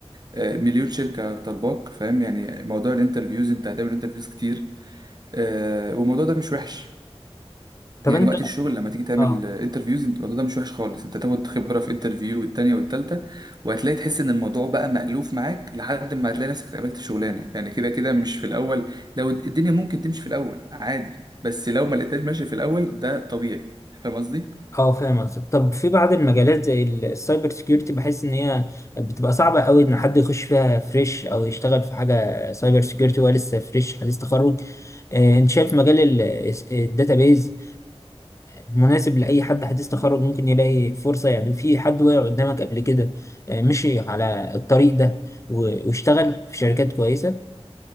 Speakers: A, on the right; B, on the left.
A: آه، مليون شركه طالباك فاهم يعني موضوع الانترفيوز انت هتعمل انترفيوز كتير آه، والموضوع ده مش وحش
B: طب
A: يعني
B: انت
A: وقت الشغل لما تيجي تعمل
B: اه
A: انترفيوز انت الموضوع ده مش وحش خالص انت تاخد خبره في انترفيو والتانيه والتالته وهتلاقي تحس ان الموضوع بقى مألوف معاك لحد ما هتلاقي نفسك اتقبلت شغلانه يعني كده كده مش في الاول لو الدنيا ممكن تمشي في الاول عادي بس لو ما لقيتهاش ماشي في الاول ده طبيعي فاهم قصدي
B: اه فاهم قصدك طب في بعض المجالات زي ال- السايبر سيكيورتي بحس ان هي بتبقى صعبه قوي ان حد يخش فيها فريش او يشتغل في حاجه سايبر سيكيورتي وهو لسه فريش حديث تخرج آه، انت شايف مجال الداتابيز مناسب لاي حد حديث تخرج ممكن يلاقي فرصه يعني في حد وقع قدامك قبل كده آه، مشي على الطريق ده و- واشتغل في شركات كويسه